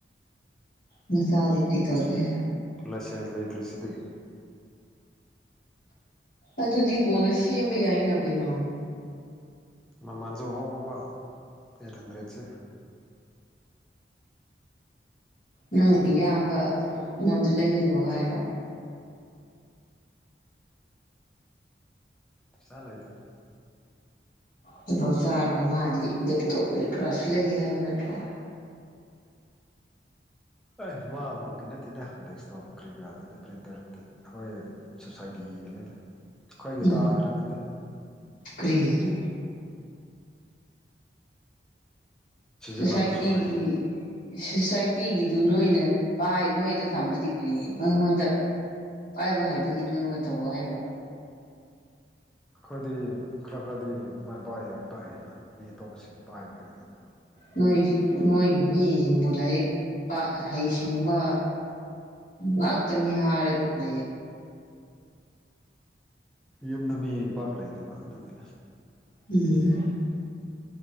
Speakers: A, on the left; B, in the centre.
A: ꯃꯆꯥꯗꯤ ꯄꯤ ꯇꯧꯗꯦ꯫
B: ꯂꯥꯏꯁꯦꯟꯁ ꯂꯩꯇ꯭ꯔꯁꯤꯗꯤ꯫
A: ꯑꯗꯨꯗꯤ ꯀꯣꯟꯅ ꯁꯦꯝꯕ ꯌꯥꯏꯅ ꯀꯩꯅꯣ꯫
B: ꯃꯃꯟꯁꯨ ꯍꯣꯡꯕ ꯑꯦꯠ ꯍꯟꯗ꯭ꯔꯦꯠꯁꯦ꯫
A: ꯅꯪ ꯏꯌꯥꯝꯕ ꯉꯣꯟꯗ ꯂꯩꯍꯜꯂꯣ ꯍꯥꯏꯔꯣ꯫
B: ꯄꯩꯁꯥ ꯂꯩꯇꯦꯗ꯫
A: ꯇꫭꯂꫭꯞ ꯆꯥꯔꯒ ꯃꯥꯗꯤ ꯂꯦꯞꯇꯣꯞ ꯀꯔꯤ ꯀꯔꯥꯁꯨ ꯂꯩꯌꯦ ꯍꯥꯏꯕ ꯅꯠꯇ꯭ꯔꯣ꯫
B: ꯑꯦ ꯃꯥ ꯃꯥꯒꯤ ꯅꯠꯇꯦꯗ ꯗꯦꯛꯁꯇꯣꯞ ꯀ꯭ꯔꯤ ꯀꯔꯥꯗꯨꯗꯤ ꯄ꯭ꯔꯤꯟꯇꯔꯗꯨꯗ ꯈꯣꯏ ꯁꯣꯁꯥꯏꯇꯤꯒꯤꯅꯤꯗ ꯑꯈꯣꯏꯒꯤ
A: ꯎꯝ
B: ꯇꯥꯈ꯭ꯔꯅꯤꯗ꯫
A: ꯀꯔꯤꯒꯤ꯫
B: ꯁꯤꯖꯤꯟꯅꯕꯁꯨ
A: ꯁꯣꯁꯥꯏꯇꯤꯒꯤ
B: ꯍꯩ
A: ꯁꯣꯁꯥꯏꯇꯤꯒꯤꯗꯨ ꯅꯣꯏꯅ ꯄꯥꯏ ꯅꯣꯏꯗ ꯊꯝꯕꯗꯤ ꯀꯔꯤ ꯅꯪꯉꯣꯟꯗ ꯄꯥꯏꯕ ꯍꯩꯕꯒꯤ ꯅꯣꯏꯉꯣꯟ ꯇꯧꯑꯦ ꯍꯥꯏꯕ꯭ꯔꯣ꯫
B: ꯑꯈꯣꯏꯗꯤ ꯈꯔ ꯈꯔꯗꯤ ꯑꯗꯨꯃꯥꯏꯅ ꯄꯥꯏ ꯌꯥꯝ ꯄꯥꯏ ꯍꯩꯅ ꯃꯤ ꯑꯇꯣꯞꯄꯁꯤꯡ ꯄꯥꯏꯕ ꯍꯩꯗꯅ꯫
A: ꯅꯣꯏ ꯅꯣꯏꯒꯤ ꯃꯤꯁꯤꯡꯕꯨ ꯂꯥꯏꯔꯤꯛ ꯄꯥꯛ ꯍꯩꯁꯤꯡꯕ ꯉꯥꯛꯇꯅꯤ ꯍꯥꯥꯔꯒ ꯀ꯭ꯔꯤ
B: ꯌꯨꯝꯗ ꯃꯤ ꯄꯥꯛ ꯂꯩꯇꯕ ꯑꯗꯨꯒꯤ꯫
A: ꯎꯝ꯫